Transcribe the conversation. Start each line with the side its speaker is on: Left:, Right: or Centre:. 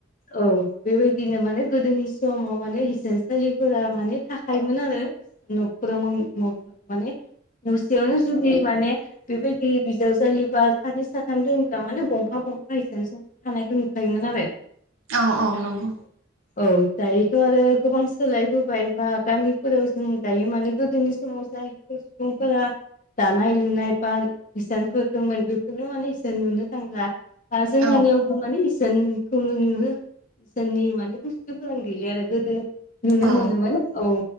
Left: औ बेबायदिनो माने गोदोनि समाव माने हिसानसालिफोरा माने थाखायोमोन आरो न'फोराव माने न'सेयावनो जुदि माने बेबायदि बिजाव जालिबा सानै साथाम दोंब्ला माने गंफा गंफा हिसानसालि थानायखौ नुखायोमोन आरो
Right: औ औ नंगौ
Left: औ दायोथ आरो गोबां सोलायबोबाय बा गामिफोराव जों दायो मानो गोदोनि समाव जाय बे सुबुंफोरा दानाय लुनाय बा हिसानफोर दंमोन बेफोरनो माने जों नुनो थांला जोंहानियावबो
Right: औ
Left: माने इसानखौनो नुङो इसाननि माने बुस्थु बुस्तुफोरानो गैलिया आरो गोदो नुनो
Right: औ
Left: मोनोमोन औ